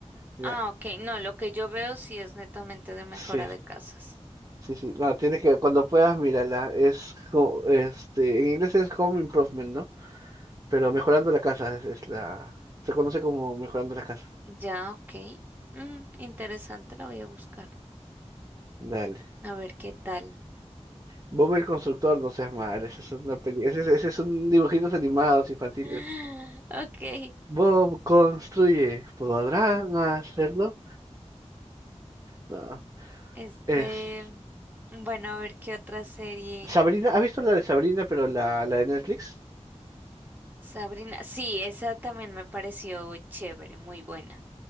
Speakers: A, on the right (about 30°); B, on the right (about 15°).
A: ¿ya?
B: Ah, ok. No, lo que yo veo sí es netamente de mejora
A: Sí,
B: de casas.
A: sí, sí. No, tienes que, cuando puedas, mírala, es, co- este, en inglés es Home Improvement, ¿no? Pero mejorando la casa es, es la... Se conoce como mejorando la casa.
B: Ya, ok. Mm, interesante, la voy a buscar.
A: Dale.
B: A ver qué tal.
A: Bob el constructor, no seas mal. Ese es una peli... ese, es- ese son dibujitos animados infantiles.
B: <laughs> Ok.
A: Bob construye. ¿Podrán hacerlo? No.
B: Este,
A: Es...
B: bueno, a ver qué otra serie.
A: Sabrina, ¿has visto la de Sabrina, pero la, la de Netflix?
B: Sabrina. Sí, esa también me pareció chévere, muy buena.